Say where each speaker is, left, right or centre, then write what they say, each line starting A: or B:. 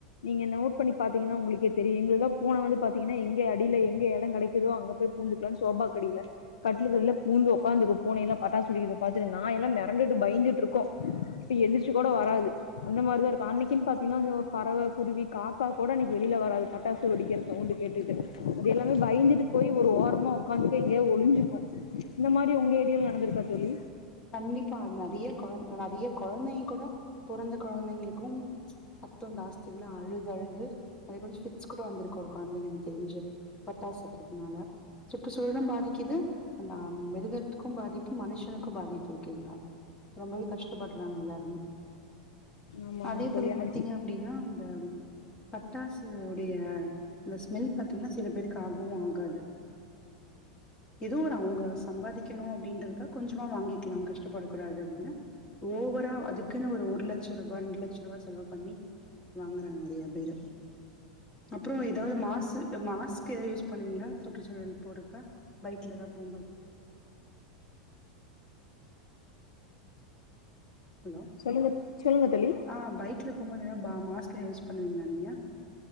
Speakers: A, on the left; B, on the left.
A: நீங்க நோட் பண்ணி பாத்திங்கன்னா உங்களுக்கே தெரியு எங்கெல்லா பூன வந்து பாத்தீங்கன்னா எங்க அடியில எங்க எடொ கெடைக்குதோ அங்க போய் பூந்துட்டு சோபாக்கு அடியில கட்டுலுக்கு‌ அட்ல பூந்து ஒக்காந்துக்கு பூனை எல்லா பட்டாசு வெடிக்கிறத பாத்து நாய்‌ எல்லா மெரண்டு பயந்துட்டு இருக்கு ப்ப எந்திர்ச்சு கொட வராது அந்த மாரிதா இருக்கு அன்னக்கின் பாத்திங்னா இந்த பறவ குருவி காக்கா கோட அன்னக்கி வெளில வராது பட்டாசு வெடிக்கிற சவுண்டு கேட்டுட்டு அது எல்லாமே பயந்துட்டு போய் ஒரு ஓரமா ஒக்காந்துட்டு எங்கயது ஒளுஞ்சுக்கு இந்த மாரி ஒங்க ஏரியால நடந்துருக்கா தோழி
B: கண்டிப்பா அது நெறைய கொழந் நெறைய கொழந்தைங்க கொட பொறந்த கொழந்தைங்ளுக்கும் சத்தொ ஜாஸ்தி வந்து அழுது அழுது அதே போல ஃபிக்ஸ் கூட வந்துருக்கு ஒரு கொழந்தைக்கி எனக்கு தெருஞ்சு பட்டாசு சத்ததுனால சுற்றுச்சூழலு பாதிக்குது அந்த மிருகத்துக்கு பாதிப்பு மனுஷனுக்கு பாதிப்பு இருக்குங்ளா ரொம்பவே கஷ்டப்படுறாங்க எல்லாருமே
A: ஆமாமா
B: அதே
A: தோழி
B: போல பாத்திங்க
A: அது
B: அப் அப்டின்னா அந்த பட்டாசு உடைய அந்த ஸ்மெல் பத்தினா சில பேருக்கு ஆகவு ஆகாது எதோ ஒரு அவுங்க சம்பாதிக்கணு அப்டின்றதுக்கா கொஞ்சொமா வாங்கி க்லா கஷ்டப்படக்கூடாது அப்டின்னு ஓவரா அதுக் க்குன்னு ஒரு லெட்ச ருபா ரெண்டு லெட்ச ருவா செலவு பண்ணி வாங்குறாங்க நெறைய பேரு அப்பறொ ஏதாவது மாஸு மாஸ்க் எதா யூஸ் பண்ணுவிங்ளா சுற்றுச்சூழல் போறப்ப பைக்ல தா போம்போது ஹலோ
A: சொல்லுங்க சொல்லுங்க தோழி
B: அ பைக்ல போம்போது ப மாஸ்க் யூஸ் பண்ணுவீங்ளா நீங்க